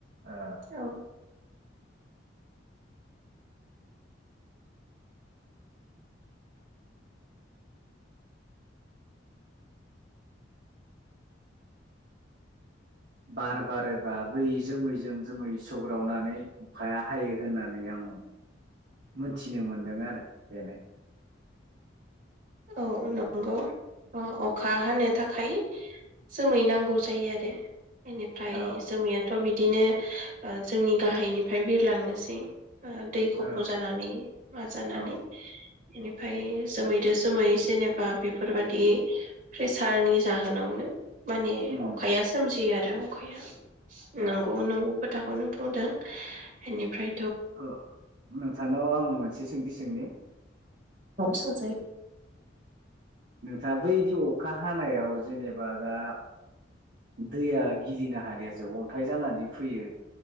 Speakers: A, on the right (about 55°); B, on the right (about 40°).
A: ओ
B: औ
A: बार बारोबा बै जोमैजों जोमै सौग्रावनानै अखाया हायो होननानै आं मोनथिनो मोनदों आरो बेनो।
B: औ नंगौ अखा हानो थाखाय जोमै नांगौ जायो आरो बेनिफ्राय
A: औ
B: जोमैयाथ' बि दिनो ओ जोंनि गाहायनिफ्राय बिरलांनोसै। ओ दै खफ'
A: औ
B: जानानै मा जानानै
A: औ
B: इनि फाय जोमै दोस जोमै जेनेबा बेफोरबादि प्रेसारनि जाहोनावनो माने
A: उम
B: अखाया सोमजियो आरो। अखाया
A: औ
B: नोंगौ नोंगौ खो थाखौनो बुंदों इनिफ्राय
A: औ नोंथां नाव आङो मोनसे सोंथि सोंनि
B: औ सोंजायो।
A: नोंथाङा बैदि अखा हानायाव जेनेबा दा दैया गिलिनो हानायासो अन्थाइ जानानै फैयो